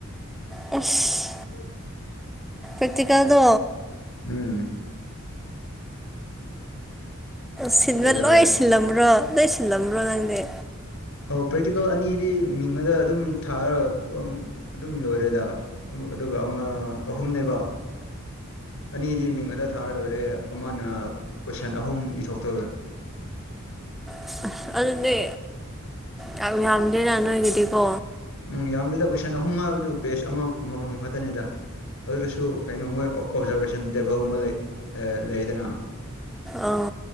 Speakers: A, in the centre; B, on the left.
A: ꯎꯐ
B: ꯍꯣꯏ
A: ꯀꯔꯇꯤꯀꯥꯗꯣ
B: ꯎꯝ
A: ꯁꯤꯟꯕ
B: ꯀꯩꯗꯧꯔꯦ
A: ꯂꯣꯏ ꯁꯤꯜꯂꯝꯕ꯭ꯔꯣ ꯁꯟ ꯂꯝꯝꯕ꯭ꯔꯣꯗꯗꯦ
B: ꯑꯣ ꯄꯦꯇꯤꯀꯜ ꯑꯅꯤꯗꯤ ꯃꯤꯡꯉꯗ ꯑꯗꯨꯝ ꯊꯥꯔꯒ ꯀꯣ ꯑꯗꯨꯝ ꯂꯣꯏꯔꯦꯗ ꯑꯗꯨꯒ ꯑꯃ ꯑꯍꯨꯝꯅꯦꯕ ꯑꯅꯤꯗꯤ ꯃꯤꯡ ꯉ ꯁꯥꯔ ꯂꯣꯏꯔꯦ ꯑꯃꯅ ꯀꯣꯏꯁꯟ ꯑꯍꯨꯝ ꯏꯊꯣꯛꯇꯒꯦ
A: ꯑꯁ ꯑꯗꯨꯗꯤ ꯌꯥꯝ ꯌꯥꯝꯗꯦꯅ ꯅꯣꯏꯒꯤꯗꯤꯀꯣ
B: ꯎꯝ ꯌꯥꯝꯗꯦꯗ ꯀꯣꯏꯁꯟ ꯑꯍꯨꯝ ꯍꯥꯏꯕꯗꯨ ꯄꯦꯖ ꯑꯃ ꯑꯃꯃꯝ ꯈꯛꯇꯅꯦꯗ ꯑꯗꯨꯗꯁꯨ ꯀꯩꯅꯣ ꯃꯣꯏ ꯑꯣꯕꯖꯥꯔꯔꯕꯦꯁꯟ ꯇꯦꯕꯜꯒꯨꯝꯕ ꯂꯩ ꯂꯩꯗꯅ
A: ꯑꯥ